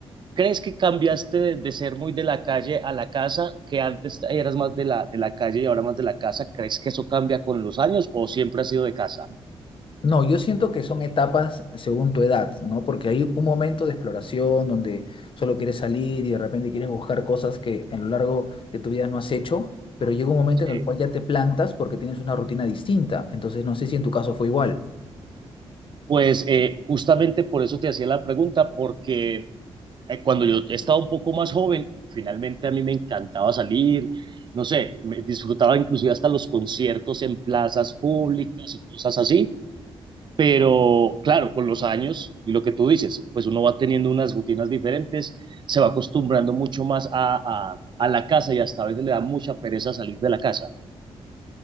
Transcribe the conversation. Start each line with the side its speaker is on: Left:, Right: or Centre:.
Right: ¿crees que cambiaste de, de ser muy de la calle a la casa? Que antes eras más de la, de la calle y ahora más de la casa. ¿Crees que eso cambia con los años o siempre has sido de casa?
Left: No, yo siento que son etapas según tu edad, ¿no? Porque hay un momento de exploración donde solo quieres salir y de repente quieres buscar cosas que en lo largo de tu vida no has hecho, pero llega un momento
Right: Sí,
Left: en el cual ya te plantas porque tienes una rutina distinta. Entonces, no sé si en tu caso fue igual.
Right: Pues eh, justamente por eso te hacía la pregunta, porque eh, cuando yo estaba un poco más joven, finalmente a mí me encantaba salir, no sé, me disfrutaba inclusive hasta los conciertos en plazas públicas y cosas así. Pero claro, con los años y lo que tú dices, pues uno va teniendo unas rutinas diferentes, se va acostumbrando mucho más a, a, a la casa y hasta a veces le da mucha pereza salir de la casa.